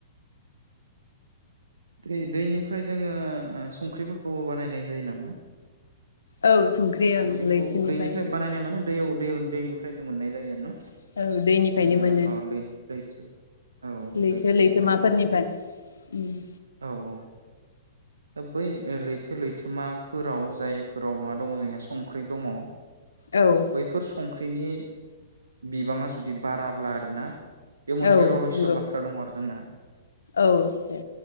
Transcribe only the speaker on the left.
औ संख्रि
ओं लैथोनिफ्राय।
औ दैनिफ्रायनो
मोनो
लैथो
लैथोमाफोरनिफ्राय
उम
औ
औ
नंगौ
औ दे।